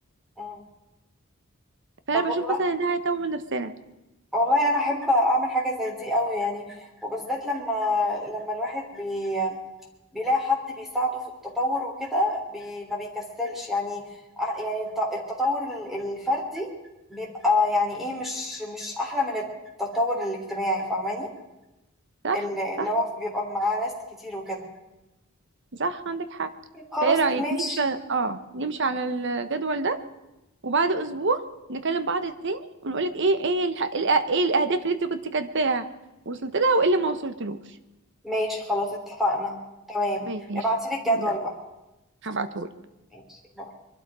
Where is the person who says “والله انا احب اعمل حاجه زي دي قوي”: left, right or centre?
Centre